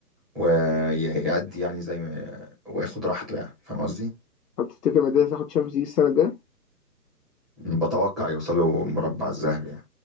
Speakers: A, in the centre; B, on the left.
A: ويعدي يعني زي ما وياخد راحته يعني فاهم قصدي؟
B: طب تفتكر مدريد هتاخد شامبيونز ليج السنه الجايه
A: بتوقع يوصلوا مربع الذهبي يعني